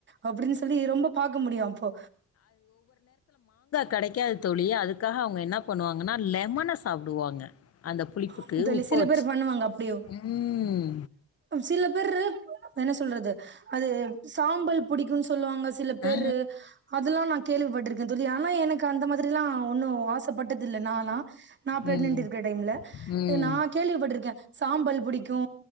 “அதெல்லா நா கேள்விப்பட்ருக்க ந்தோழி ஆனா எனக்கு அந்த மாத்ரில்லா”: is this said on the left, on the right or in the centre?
Right